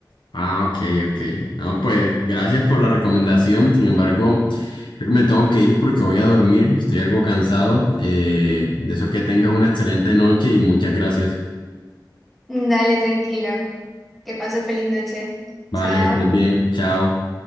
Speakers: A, on the left; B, in the centre.
A: Ah, ok, ok. No, pues gracias por la recomendación. Sin embargo, creo que me tengo que ir porque voy a dormir. Estoy algo cansado. Eh, de eso que tengas una excelente noche y muchas gracias.
B: Dale, tranquilo. Que pase feliz noche.
A: Vale,
B: Chao.
A: que estés bien. Chao.